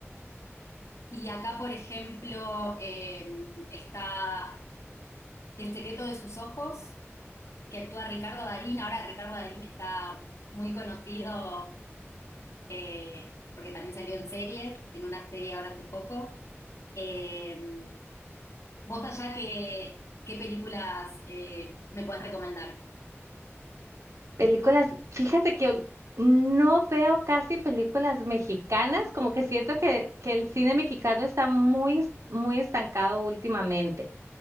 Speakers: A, on the left; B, on the right.
A: Y acá, por ejemplo, eh, está El secreto de sus ojos, que actúa Ricardo Darín. Ahora Ricardo Darín está muy conocido eh, porque también salió en series, en una serie ahora hace poco. Eh, vos allá, ¿qué, qué películas eh, me podés recomendar?
B: Películas, fíjate que ul- no veo casi películas mexicanas, como que siento que, que el cine mexicano está muy, es- muy estancado últimamente.